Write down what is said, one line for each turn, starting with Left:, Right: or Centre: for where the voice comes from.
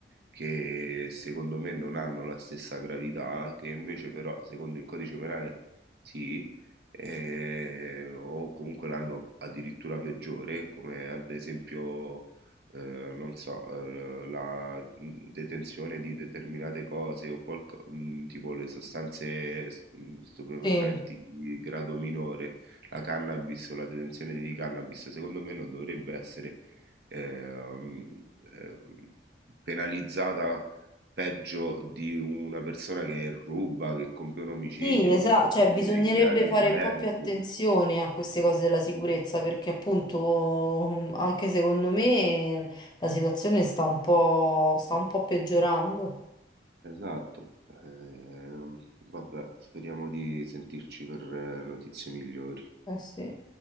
Right: che secondo me non hanno la stessa gravità, che invece però secondo il codice penale sì, eh, o comunque l'hanno addirittura peggiore, come ad esempio ehm, non so, ehm, la, mhmm, detenzione di determinate cose o qualco mhmm, tipo le sostanze s mhmm, stupefacenti
Left: sì.
Right: di grado minore, la cannabis o la detenzione di cannabis, secondo me non dovrebbe essere, ehm, ehm, penalizzata peggio di una persona che ruba, che compie un omicidio,
Left: Sì, esatto,
Right: che compie
Left: cioè bisognerebbe
Right: dei reati
Left: fare
Right: violenti.
Left: un po' più attenzione a queste cose della sicurezza perché appunto mm, anche secondo me la situazione sta un po', sta un po' peggiorando.
Right: Esatto, ehm, vabbè, speriamo di sentirci per eh, notizie migliori.
Left: Eh sì.